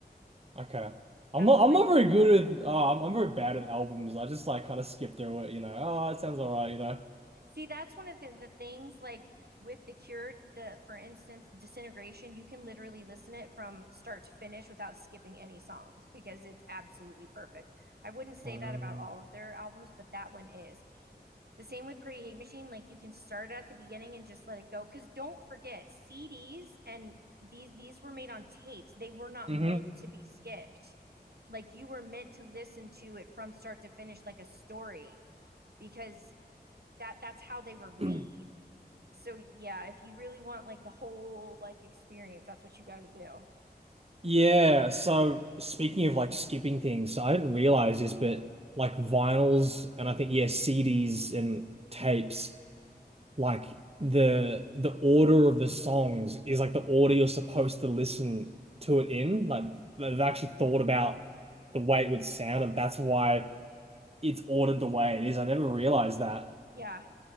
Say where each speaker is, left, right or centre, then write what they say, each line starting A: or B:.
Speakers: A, on the right; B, on the right.
A: Okay. I'm
B: That's
A: not
B: the
A: I'm
B: one
A: not very good with uh, I'm I'm very bad at albums. I just like kind of skip through it, you know. Oh, it sounds all right, you know.
B: See, that's one of the, the things like with the cure, the for instance, disintegration, you can literally listen it from start to finish without skipping any songs because it's absolutely perfect. I wouldn't say
A: Um,
B: that about all of their albums, but that one is. The same with Pretty Hate Machine, like you can start it at the beginning and just let it go. Cause don't forget, CDs and these these were made on tapes. They were not
A: mhm.
B: meant to be skipped. Like you were meant to listen to it from start to finish like a story because that that's how they were made.
A: <clears throat>
B: So yeah, if you really want like the whole like experience, that's what you got to do.
A: Yeah, so speaking of like skipping things, so I didn't realize this, but like vinyls and I think yeah, CDs and tapes. like the the order of the songs is like the order you're supposed to listen to it in. Like they've actually thought about the way it would sound, and that's why it's ordered the way it is. I never realized that.
B: Yeah,